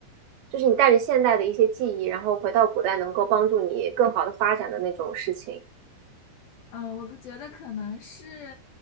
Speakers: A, on the right; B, on the left.
A: 就是你带着现代的一些记忆，然后回到古代能够帮助你更好的发展的那种事情？
B: 嗯，我觉得可能是，